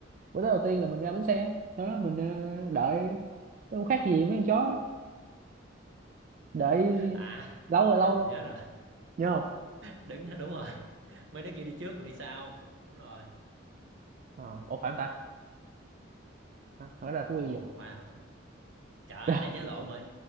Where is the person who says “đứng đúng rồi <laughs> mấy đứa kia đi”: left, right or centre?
Right